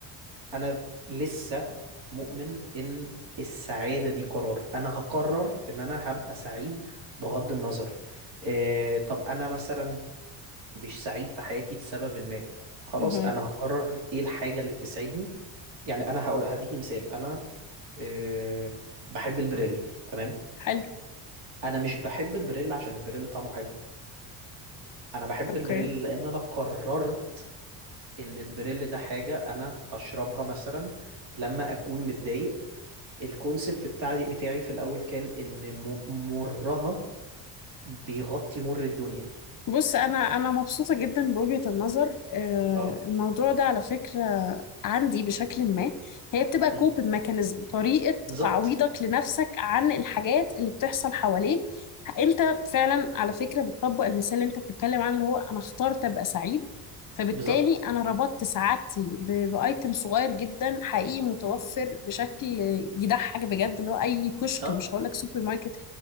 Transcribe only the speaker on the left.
مهم.
حلو
اوكي
بص انا انا مبسوطه جدا بوجهه النظر آه،
الموضوع ده على فكره عندي بشكل ما هي بتبقى كوبن
ميكانيزم طريقه
تعويضك لنفسك عن الحاجات اللي بتحصل حواليك انت فعلا على فكره بتطبق المثال اللي انت بتتكلم عنه اللي هو انا اخترت ابقى سعيد فبالتالي
انا ربطت سعادتي ب- بايتم صغير جدا حقيقي متوفر
بشكل يضحك بجد اللي هو اي كشك
مش هقول لك سوبر ماركت